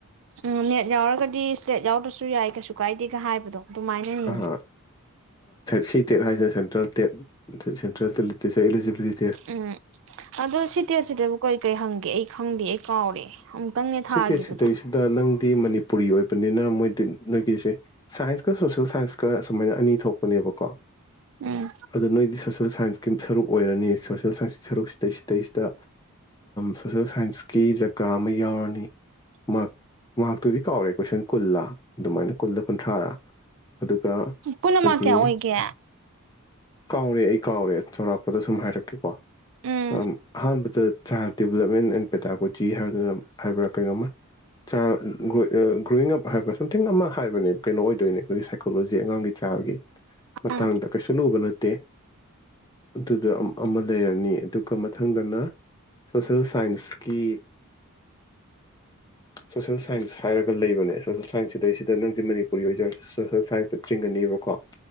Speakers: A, on the right; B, on the left.
A: ꯎꯝ ꯅꯦꯠ ꯌꯥꯎꯔꯒꯗꯤ ꯁ꯭꯭ꯂꯦꯠ ꯌꯥꯎꯗ꯭ꯔꯁꯨ ꯌꯥꯏ ꯀꯩꯁꯨ ꯀꯥꯏꯗꯦꯒ ꯍꯥꯏꯕꯗꯣ ꯑꯗꯨꯃꯥꯏꯅꯅꯤꯅꯦ
B: ꯑꯥ ꯁꯤ ꯇꯦꯠ ꯍꯥꯏꯁꯤꯅ ꯁꯦꯟꯇ꯭ꯔꯦꯜ ꯇꯦꯠ ꯁꯦꯟꯇ꯭ꯔꯦꯜ ꯇꯦꯠꯇ ꯑꯦꯂꯤꯖꯤꯕꯤꯂꯤꯇꯤ
A: ꯎꯝ ꯑꯗꯣ ꯁꯤꯇꯦ ꯁꯤꯗꯕꯨ ꯀꯩ ꯀꯩ ꯍꯪꯒꯦ ꯑꯩ ꯈꯪꯗꯦ ꯑꯩ ꯀꯥꯎꯔꯦ ꯑꯃꯨꯛꯇꯪꯅꯦ
B: ꯁꯤꯗꯩ
A: ꯊꯥꯈꯤꯕꯗꯣ
B: ꯁꯤꯗꯩꯁꯤꯗ ꯅꯪ ꯃꯅꯤꯄꯨꯔꯤ ꯑꯣꯏꯕꯅꯤꯅ ꯃꯣꯏ ꯅꯣꯏꯒꯤꯁꯦꯀ ꯁꯣꯁꯦꯜ ꯁꯥꯏꯟꯁꯀ ꯑꯁꯨꯃꯥꯏꯅ ꯑꯅꯤ ꯊꯣꯛꯄꯅꯦꯕꯀꯣ
A: ꯎꯝ
B: ꯑꯣ ꯅꯣꯏꯗꯤ ꯁꯣꯁꯦꯜ ꯁꯥꯏꯟꯁꯀꯤ ꯁꯔꯨꯛ ꯑꯣꯏꯔꯅꯤ ꯁꯣꯁꯦꯜ ꯁꯥꯏꯟꯁꯀꯤ ꯁꯔꯨꯛꯁꯤꯗꯩꯁꯤꯗꯩꯁꯤꯗ ꯁꯣꯁꯦꯜ ꯁꯥꯏꯟꯁꯀꯤꯤ ꯖꯒꯥ ꯑꯃ ꯌꯥꯎꯔꯅꯤ ꯃꯍꯥꯛ ꯃꯍꯥꯛꯇꯨꯗꯤ ꯀꯥꯎꯔꯦ ꯀꯣꯏꯁꯟ ꯀꯨꯜꯂꯥ ꯑꯗꯨꯃꯥꯏꯅ ꯀꯨꯜꯂ ꯀꯨꯟꯊ꯭ꯔꯥꯔ ꯑꯗꯨꯒ ꯑꯩꯈꯣꯏꯒꯤ
A: ꯄꯨꯟꯅ ꯃꯥꯔꯛ ꯀꯌꯥ ꯑꯣꯏꯒꯦ
B: ꯀꯥꯎꯔꯦ ꯑꯩ ꯑꯩ ꯀꯥꯎꯔꯦ ꯆꯥꯎꯔꯥꯛꯄꯗ ꯁꯨꯝ ꯍꯥꯏꯔꯛꯀꯦꯀꯣ
A: ꯎꯝ
B: ꯑ ꯍꯥꯟ the child development and pedagogy ꯍꯥꯏꯗꯨꯅ ꯍꯥꯏꯕ꯭ꯔꯥ ꯀꯩꯅꯣꯃ ꯆꯥꯏ ꯒ꯭ꯔꯣꯋꯤꯡ ꯑꯞ ꯍꯥꯏꯕ꯭ꯔꯥ ꯁꯝꯊꯤꯡ ꯑꯃ ꯍꯥꯏꯕꯅꯤ ꯀꯩꯅꯣ ꯑꯣꯏꯗꯣꯏꯅꯦ ꯑꯩꯈꯣꯏꯒꯤ ꯁꯥꯏꯀꯣꯂꯣꯖꯤ ꯑꯉꯥꯡꯒꯤ ꯆꯥꯏꯜꯒꯤ ꯃꯇꯥꯡꯗ
A: ꯎꯝ
B: ꯀꯩꯁꯨ ꯂꯨꯕ ꯅ ꯇꯩ ꯑꯗꯨꯒꯥ ꯑꯃ ꯂꯩꯔꯅꯤ ꯑꯗꯨꯒ ꯃꯊꯪꯗꯅ ꯁꯣꯁꯦꯜ ꯁꯥꯏꯟꯁꯀꯤ ꯁꯣꯁꯦꯜ ꯁꯥꯏꯟꯁ ꯍꯥꯏꯔꯒ ꯂꯩꯕꯅꯦ ꯁꯣꯁꯦꯜ ꯁꯥꯏꯟꯁ ꯁꯤꯗꯩꯁꯤꯗ ꯅꯪꯁꯦ ꯃꯅꯤꯄꯨꯔꯤ ꯑꯣꯏꯖꯔꯁꯤ ꯁꯣꯁꯦꯜ ꯁꯥꯏꯟꯁꯇ ꯆꯤꯡꯒꯅꯦꯕꯀꯣ